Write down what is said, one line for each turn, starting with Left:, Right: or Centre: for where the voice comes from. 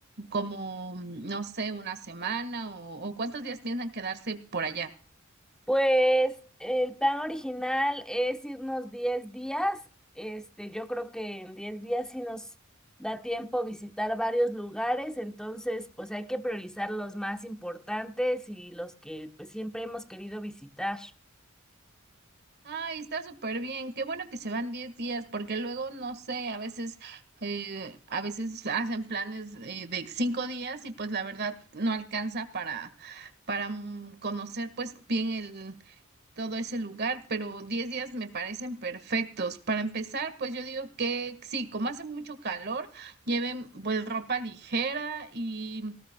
Right: Como, no sé, una semana o, o cuántos días piensan quedarse por allá?
Centre: Pues el plan original es irnos 10 días. Este, yo creo que en 10 días sí nos da tiempo visitar varios lugares, entonces pues hay que priorizar los más importantes y los que pues, siempre hemos querido visitar.
Right: Ay, está súper bien. Qué bueno que se van 10 días, porque luego, no sé, a veces, eh, a veces hacen planes eh, de 5 días y pues la verdad no alcanza para, para mm, conocer pues bien todo ese lugar, pero 10 días me parecen perfectos. Para empezar, pues yo digo que sí, como hace mucho calor, lleven pues ropa ligera y,